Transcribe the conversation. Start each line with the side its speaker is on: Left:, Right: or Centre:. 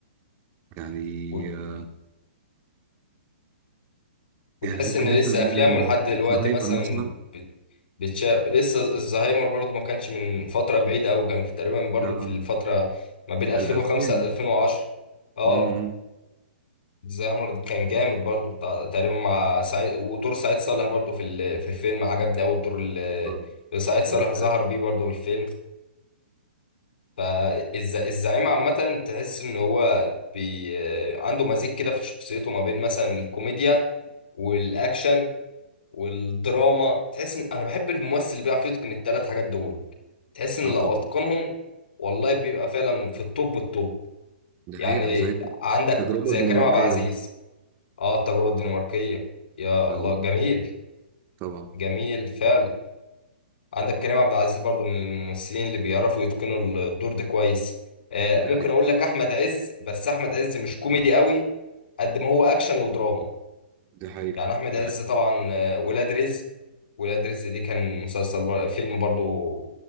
Right: يعني
Left: و-
Right: آه،
Left: وتحس
Right: يعني ممكن
Left: إن
Right: نبدأ
Left: لسه
Right: من
Left: أفلامه لحد دلوقتي
Right: زهايمر
Left: مثلا
Right: مثلا
Left: بت- بتشاف لسه الزهايمر برضو ما كانش من فترة بعيدة أوي كان في- تقريبا برضو
Right: آه،
Left: في الفترة ما بين 2005
Right: الألفين
Left: ل 2010 اه
Right: مم.
Left: زامر كان جامد برضو بتاع- تقريبا مع سعيد ودور سعيد صالح برضو في ال- في الفيلم عجبني أوي الدور اللي
Right: اه
Left: اللي سعيد صالح
Right: ده-
Left: ظهر
Right: ده-
Left: بيه برضو في الفيلم فالزعيم عامة تحس إن هو بي... آه، عنده مزيج كده في شخصيته ما بين مثلا الكوميديا والأكشن والدراما تحس إن أنا بحب الممثل اللي بيعرف يتقن التلات حاجات دول تحس إن
Right: آه،
Left: لو
Right: طبعا
Left: أتقنهم والله بيبقى فعلا في التوب التوب
Right: دي
Left: يعني
Right: حقيقة زي
Left: عندك
Right: التجربة
Left: زي
Right: الدنماركية
Left: كريم عبد العزيز
Right: مثلا
Left: اه التجربة الدنماركية يا الله
Right: اه
Left: جميل
Right: طبعا
Left: جميل فعلا عندك كريم عبد العزيز برضو من الممثلين اللي بيعرفوا يتقنوا الدور ده كويس آه
Right: دي
Left: ممكن
Right: حقيقة
Left: اقول لك احمد عز بس احمد عز مش كوميدي قوي قد ما هو اكشن ودراما
Right: دي حقيقة
Left: يعني احمد عز
Right: دي حقيقة
Left: طبعا آه، ولاد رزق ولاد رزق دي كان مسلسل بر... فيلم برضو